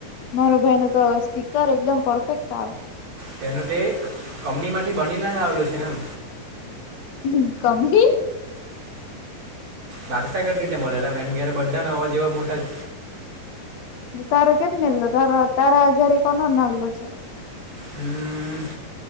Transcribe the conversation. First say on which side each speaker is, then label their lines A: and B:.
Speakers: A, on the left (about 70°); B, on the right (about 50°).
A: મારો ભાઈ નો તો સ્પીકર એકદમ પરફેક્ટ આવે
B: તેનું તે કંપની માંથી બની નેજ આવેલું છે એમ
A: હમ્મ કંપની
B: વારસાગત તી તે મળેલા એમ ઘેરે બધા ના અવાજ એવા મોટા જ
A: તારો કેમ નીલો તારો તારા અ ઘરે કોનો નાનલો છે
B: હમ્મ